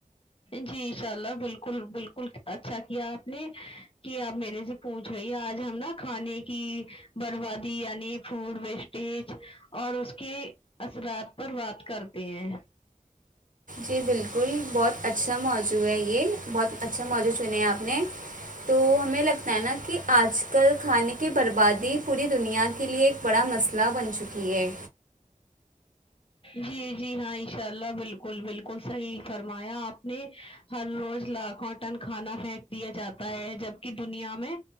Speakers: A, on the left; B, on the right.
A: جی ان شاء اللہ بالکل بالکل اچھا کیا آپ نے کہ آپ میرے سے پوچھ رہی ہے آج ہم نا کھانے کی بربادی یعنی فوڈ ویسٹیج اور اس کے اثرات پر بات کرتے ہیں
B: جی بالکل بہت اچھا موضوع ہے یہ بہت اچھا موضوع چنے ہیں آپ نے تو ہمیں لگتا ہے نا کہ آج کل کھانے کی بربادی پوری دنیا کے لیے بڑا مسئلہ بن چکی ہے
A: جی جی ہاں ان شاء اللہ بالکل بالکل صحیح فرمایا آپ نے ہر روز لاکھوں ٹن کھانا پھینک دیا جاتا ہے جبکہ دنیا میں